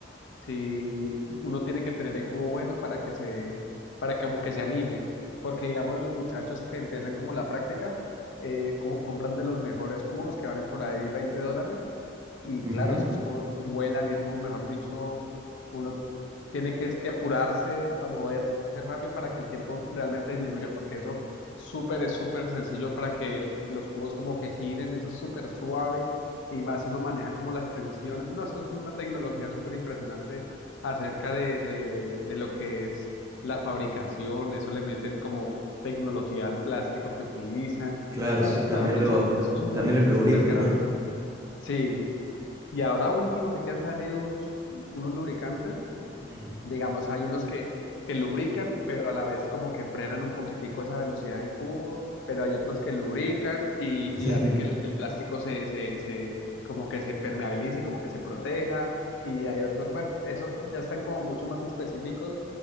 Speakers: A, on the left (about 75°); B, on the right (about 15°).
A: sí, uno tiene que tener el cubo bueno para que se, para que como que se anime, porque digamos los muchachos que empiezan como la práctica, eh, cu- compran de los mejores cubos que valen por ahí 20 dólares, y
B: Ujú.
A: claro, esos cubos vuelan y eso, mejor dicho, uno tiene que, es que apurarse a moverse rápido para que el tiempo realmente disminuya, porque eso súper es súper sencillo para que el- los cubos como que giren, eso es súper suave y más si uno maneja como las tensiones. No, eso es una tecnología súper impresionante acerca de, de, de, de lo que es la fabricación, eso le meten como tecnología al plástico que utilizan.
B: Claro,
A: No,
B: sí,
A: eso,
B: también
A: mejor dicho,
B: los,
A: eso es un
B: también
A: mundo
B: los
A: súper
B: lubrican,
A: grande.
B: ¿no?
A: Sí, y ahora último sí que han salido unos, unos lubricantes
B: <clears throat>
A: Digamos, hay unos que, que lubrican, pero a la vez como que frenan un poquitico esa velocidad del cubo, pero hay otros que lubrican y,
B: <laughs>
A: y hacen que el, el plástico se, se, se, como que se impermeabilice, como que se proteja, y hay otros, bueno, eso ya están como mucho más específicos